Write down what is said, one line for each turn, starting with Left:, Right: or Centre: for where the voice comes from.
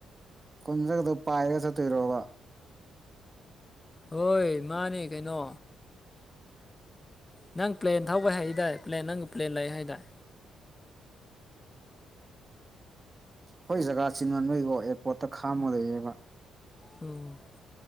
Right: ꯀꯨꯟꯖꯒꯗꯣ ꯄꯥꯏꯔꯒ ꯆꯠꯇꯣꯏꯔꯣꯕ
Left: ꯍꯣꯏ ꯃꯥꯅꯦ ꯀꯩꯅꯣ ꯅꯪ ꯄ꯭ꯂꯦꯟ ꯊꯧꯕ ꯍꯩꯗꯥꯏ ꯄ꯭ꯂ‌ꯦꯟ ꯅꯪ ꯄ꯭ꯂꯦꯟ ꯂꯩ ꯍꯥꯏꯗꯥꯏ
Right: ꯑꯩꯈꯣꯏ ꯖꯒꯥ ꯆꯤꯟꯃꯟꯕꯩꯀꯣ ꯑꯦꯌꯥꯔꯄꯣꯔꯠꯇ ꯈꯥꯝꯃ ꯂꯩꯌ‌ꯦꯕ
Left: ꯎꯝ